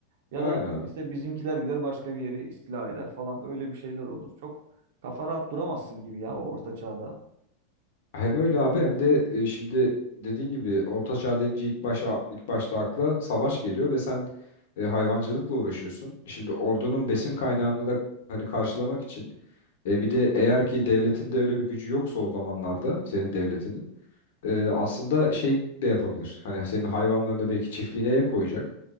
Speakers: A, on the right (about 60°); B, on the left (about 70°).
A: Ya
B: Aynen
A: da
B: abi.
A: işte bizimkiler gider başka bir yeri istila eder falan. Öyle bir şeyler olur. Çok kafa rahat duramazsın gibi ya o orta çağda.
B: Hem öyle abi hem de e, şimdi dediğin gibi Orta Çağ denince ilk başa ilk başta akla savaş geliyor ve sen e, hayvancılıkla uğraşıyorsun. Şimdi ordunun besin kaynağını da hani karşılamak için e, bir de eğer ki devletin de öyle bir gücü yoksa o zamanlarda senin devletinin e, aslında şey de yapabilir. Hani senin hayvanlarına belki çiftliğine el koyacak.